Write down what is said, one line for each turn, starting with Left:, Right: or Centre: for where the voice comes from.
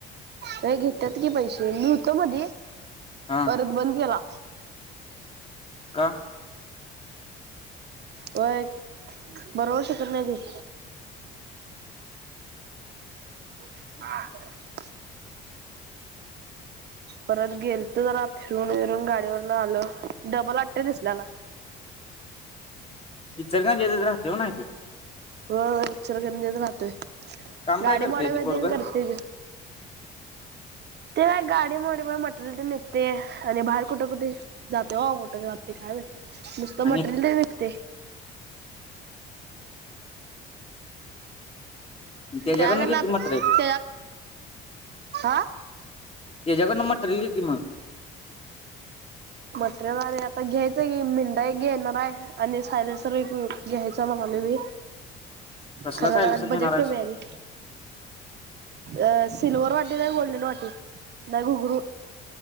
Right: व्हयं घेतात की पैसे, मी होतो मधी.
Left: हा!
Right: परत बंद केला.
Left: का?
Right: व्हय बरोबर शिकवत नाय ती. <unintelligible> परत गेलतो जरा फिरून वीरून गाडीवरन आलो डबल आत्या दिसल्याला.
Left: इचं का येतच राहते वो नाही ते.
Right: होय चर गेंदेच राहतोय
Left: काम
Right: गाडी
Left: काय करते
Right: मोड्यामधीन
Left: ते पोरग
Right: करतेन. ते गाडी मोडी पायी मटरेल ते निघतेया आणि बाहेर कुठं कुठे जाते वा कुठं जात. ते काय व्हयं नुसतं
Left: आणि
Right: मटरेलदे विकते.
Left: त्याच्याकडनं
Right: त्या गणनात
Left: घे की मटेरियल
Right: त्या आ!
Left: त्याच्याकडंन मटरेल घेती म!
Right: मटरेल आलय आता घ्यायचंय की <unintelligible> घेणार आहे. आणि सायलेनसर एक घ्यायचा मग आम्ही बी
Left: कसला
Right: खरं
Left: सायलेन्सर
Right: जरा बजेट
Left: घेणार आहेस
Right: कमी आहे रे. अ सिल्वर वाटी, नाही गोल्डन वाटी, नाही घुगुरू.